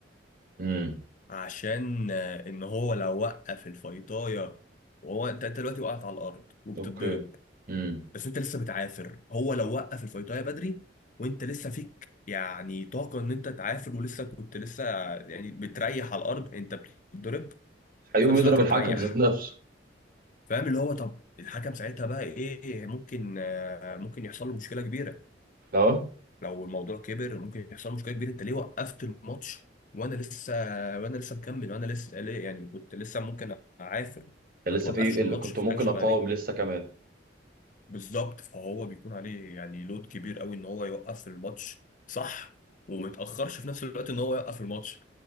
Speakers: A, on the right (about 50°); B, on the left (about 45°).
A: امم
B: عشان آه، ان هو لو وقف الفيطايه وهو انت انت دلوقتي وقعت على الارض وبتتضرب
A: اوكي امم
B: بس انت لسه بتعافر هو لو وقف الفيطايه بدري وانت لسه فيك يعني طاقه ان انت تعافر ولسه كنت لسه يعني بتريح على الارض انت بتتضرب
A: هيقوم
B: في نفس
A: يضرب
B: الوقت بتريح
A: الحكم ذات نفسه
B: فاهم اللي هو طب الحكم ساعتها بقى ايه ممكن آه، ممكن يحصل له مشكله كبيره
A: اه
B: لو الموضوع كبر ممكن يحصل مشكله كبيره انت ليه وقفت الماتش وانا لسه وانا لسه مكمل وانا لسه ليه يعني كنت لسه ممكن اعافر
A: كان
B: ما
A: لسه
B: توقفش
A: في اللي
B: الماتش
A: كنت
B: في
A: ممكن
B: حاجه شبه
A: اقاوم
B: دي
A: لسه كمان
B: بالظبط فهو بيكون عليه يعني لود كبير قوي ان هو يوقف الماتش صح وما يتاخرش في نفس الوقت ان هو يوقف الماتش